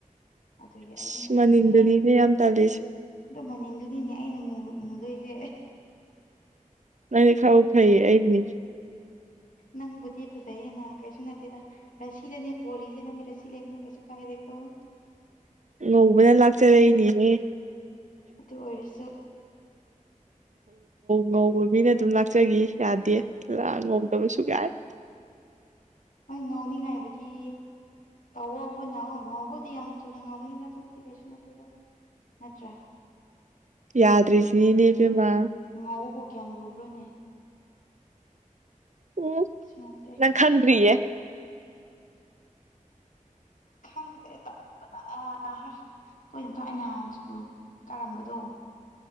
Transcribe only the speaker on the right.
ꯑꯁ
ꯃꯅꯤꯟꯗꯨꯅꯤꯅꯦ ꯌꯥꯝ ꯇꯜꯂꯤꯁꯦ
ꯑꯗꯤ ꯈꯥꯎ ꯐꯩꯌꯦ ꯑꯩꯅꯤ
ꯉꯧꯕꯅ ꯂꯥꯛꯆꯔꯛꯏꯅꯦꯍꯦ
ꯉꯧꯕ ꯃꯤꯅ ꯑꯗꯨꯝ ꯂꯥꯛꯆꯈꯤ ꯌꯥꯗꯦ ꯂ ꯉꯧꯗꯕꯁꯨ ꯌꯥꯏ
ꯌꯥꯗ꯭ꯔꯤꯁꯤꯅꯤꯅꯦꯕꯦꯝꯃ
ꯎꯝ
ꯅꯪ ꯈꯟꯔꯤꯌꯦꯦ